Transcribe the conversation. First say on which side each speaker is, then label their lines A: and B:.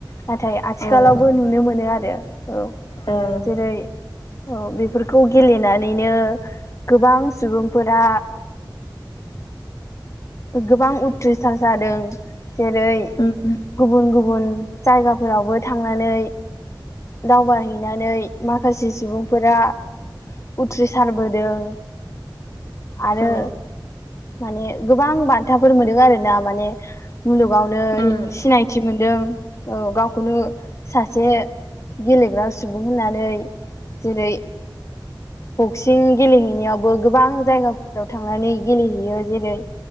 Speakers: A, on the left (about 35°); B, on the left (about 60°).
A: नाथाय आथिखालावबो
B: औ
A: नुनो मोनो आरो औ
B: ओ
A: जेरै औ बेफोरखौ गेलेनानैनो गोबां सुबुंफोरा गोबां उथ्रिसार जादों - जेरै
B: उम
A: गुबुन गुबुन जायगाफोरावबो थांनानै दावबाहैनानै माखासे सुबुंफोरा उथ्रिसारबोदों आरो
B: औ
A: माने गोबां बान्थाफोर मोनो आरो ना माने मुलुगावनो
B: उम
A: सिनायथि मोन दों औ गावखौनो सासे गेलेग्रा सुबुं होननानै जेरै बक्सिं गेलेहैनायावबो गोबां जायगाफोराव थांनानै गेलेहैयो जेरै